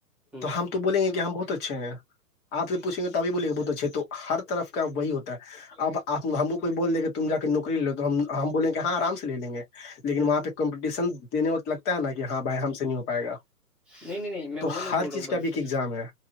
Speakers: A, in the centre; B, on the left.
A: ھمم
B: تو ہم تو بول گے کہ ہم بہت اچھے ہیں آپ سے پوچھیں گے تبھی بولے گا بہت اچھے تو ہر طرف کا وہی ہوتا ہے اب آپ ہم کوئی بول دے کہ تم جا کے نوکری لو تو ہم بول گ کہ ہاں آرام سے ل گے لیکن وہاں پہ کمپٹیشن دینے وقت لگتا ہے نا کہ ہاں بھائی ہم سے نہیں ہو پائے گا
A: نہیں نہیں نہیں میں
B: تو
A: وہ نہیں
B: ہر
A: بول رہا
B: چیز
A: ہوں بڑے
B: کا بھی ایک
A: بھائی
B: ایگزام ہے